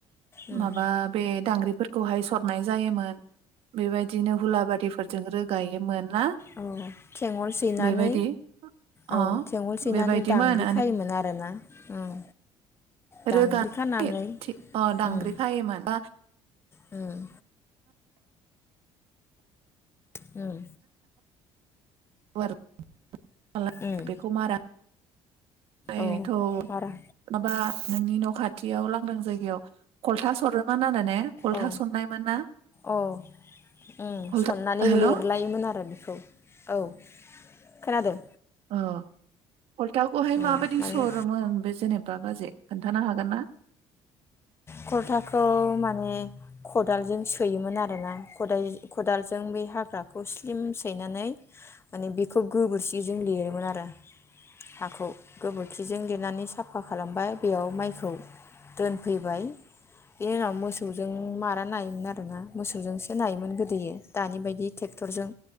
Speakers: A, on the left (about 25°); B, on the right (about 65°).
A: उम
B: माबा बे दांग्रि फोरखौहाय सरनाय जायोमोन। <inaudible> बेबायदिनो हुलाबारिफोर जों रोगायोमोन। ना
A: औ थेंगल सैनानै
B: बेबायदि अ
A: औ थेंगल सैनानै
B: बेबायदिमोन
A: दांग्रि खायोमोन आरोना उम। दांग्रि
B: रोगानाय
A: खानानै
B: थि अ दांग्रि
A: उम
B: खायोमोन
A: उम। उम।
B: <unintelligible> <inaudible>
A: उम
B: बेखौ मारा <inaudible>
A: औ
B: थ'
A: मारा
B: माबा नोंनि न' खाथियाव लांदां जायगायाव कलथा सरोमोन <unintelligible> खलथा
A: औ
B: सरनायमोन ना
A: औ उम
B: खलथा
A: सननानै
B: हेल'
A: लिरलायोमोन आरो बेखौ औ खोनादों।
B: अ हलथाखौहाय माबायदि
A: उम माने
B: सरोमोन बे जेनेबा बा खोन्थानो हागोन ना?
A: खलथाखौ माने खदालजों सोयोमोन आरोना खदाय खदालजों बै हाग्राखौ स्लिम सैनानै माने बेखौ गोबोरखिजों लिरोमोन आरो हाखौ गोबोरखिजों लिरनानै साफा खालामबाय बेयाव माइखौ दोनफैबाय। इनि उनाव मोसौजों मारा नायोमोन आरोना मोसौजोंसो नायोमोन गोदोयो दानि बायदि टेक्टरजों